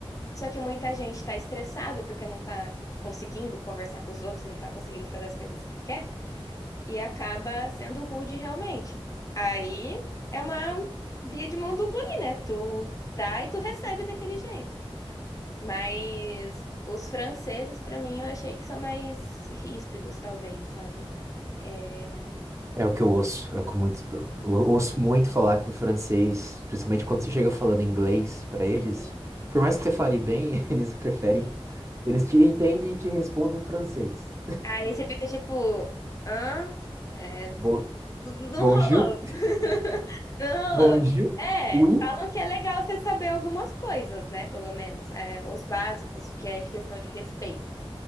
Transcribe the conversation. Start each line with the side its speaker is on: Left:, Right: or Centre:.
Left: Só que muita gente tá estressado porque não tá conseguindo conversar com os outros, não tá conseguindo fazer as coisas que quer e acaba sendo rude realmente. Aí é uma via de mão dupla ali, né? Tu dá e tu recebe daquele jeito. Mas os franceses, pra mim, eu achei que são mais ríspidos, talvez, sabe? É...
Right: É o que eu ouço, é o que muito, eu ouço muito falar que o francês, principalmente quando você chega falando inglês pra eles,
Left: Uhum.
Right: por mais que você fale bem, <laughs> eles preferem,
Left: Sim.
Right: eles te entendem e te respondem em francês.
Left: Aí você fica tipo, hã? É, tu-
Right: Bo-
Left: tu- não
Right: Bonjour,
Left: rolou. <laughs> Não
Right: Bonjour.
Left: rolou. É,
Right: oui.
Left: falam que é legal você saber algumas coisas, né? Pelo menos, é, os básicos, que é questão de respeito.